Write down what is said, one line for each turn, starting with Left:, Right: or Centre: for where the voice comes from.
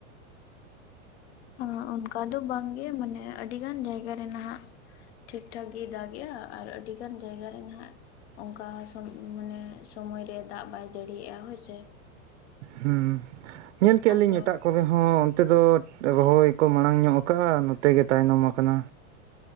Left: ᱟᱸ ᱚᱱᱠᱟ ᱫᱚ ᱵᱟᱝᱜᱮ ᱢᱟᱱᱮ ᱟᱹᱰᱤ ᱜᱟᱱ ᱡᱟᱭᱜᱟᱮ ᱱᱟᱦᱟᱜ ᱴᱷᱤᱠ ᱴᱷᱟᱠ ᱜᱮᱭ ᱫᱟᱜᱮᱼᱟ ᱟᱨ ᱟᱹᱰᱤ ᱜᱟᱱ ᱡᱟᱭᱜᱟ ᱨᱮ ᱱᱟᱦᱟᱜ ᱚᱱᱠᱟ ᱥᱚᱢ ᱢᱟᱱᱮ ᱥᱚᱢᱚᱭᱨᱮ ᱫᱟᱜ ᱵᱟᱭ ᱡᱟᱹᱲᱤᱭᱟᱜᱼᱟ ᱦᱳᱭᱥᱮ᱾
Right: ᱦᱩᱸ ᱧᱮᱞ ᱠᱮᱫᱼᱟ
Left: ᱟᱫᱚ
Right: ᱞᱤᱧ ᱮᱴᱟᱜ ᱠᱚᱨ ᱠᱚᱨᱮ ᱦᱚᱸ ᱚᱱᱛᱮ ᱫᱚ ᱨᱚᱦᱚᱭ ᱠᱚ ᱢᱟᱲᱟᱝ ᱧᱚᱜ ᱟᱠᱫᱼᱟ ᱱᱚᱛᱮ ᱜᱮ ᱛᱟᱭᱱᱚᱢ ᱟᱠᱟᱱᱟ᱾